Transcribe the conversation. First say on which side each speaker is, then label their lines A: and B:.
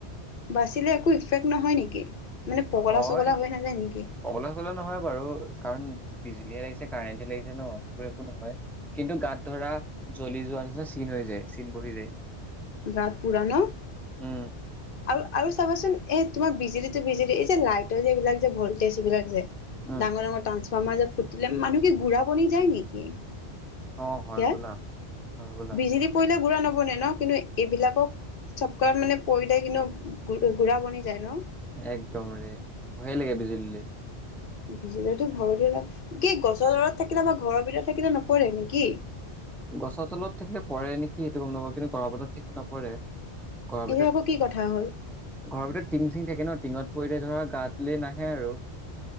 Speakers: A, on the left (about 55°); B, in the centre.
A: বাচিলে একো ইফেক্ট নহয় নেকি মানে পগলা
B: হয়
A: চগলা হৈ নাযায় নেকি
B: পগলা চগলা নহয় বাৰু কাৰণ বিজুলীহে লাগিছে কাৰেণ্টহে লাগিছে ন সেইবোৰ একো নহয় কিন্তু গাত ধৰা জ্বলি যোৱাৰ নিচিনা চিন হৈ যায় চিন বহি যায়
A: গাত পুৰা ন
B: উম
A: আৰু আৰু চাবাচোন এ তোমাৰ বিজুলীটো বিজুলী এই যে লাইটৰ যে এই বিলাক যে ভল্টেজ বিলাক যে
B: উম
A: ডাঙৰ ডাঙৰ টাৰ টৰাজবমাৰ যে ফুটিলে মানুহ কি গুৰা বনি যায় নেকি
B: অ হয়
A: ত
B: বোলা হয় বোলা
A: বিজুলী পৰিলেও গুৰা নব বনে ন কিন্তু এইবিলাকক চপকাৰ মানে পৰিলে কিন্তু গু গুৰা বনি যায় ন
B: একদম ৰে ভয়ে লাগে বিজুলীলে
A: বিজুলিলে টো ভয় টো লাগে কি গছৰ ডালত থাকিলে বা ঘৰৰ ভিতৰত থাকিলে নপৰে নেকি
B: গছৰ তলত থাকিলে পৰে নেকি এইটো গম নাপাওঁ কিন্তু ঘৰ ভিতৰত থাকিলে নপৰে ঘৰৰ
A: এইটো
B: ভিতৰত
A: আকৌ কি কথা হ'ল?
B: ঘৰৰ ভিতৰত টিং চিং থাকে ন টিঙত পৰিলে ধৰা গাতলে নাহে আৰু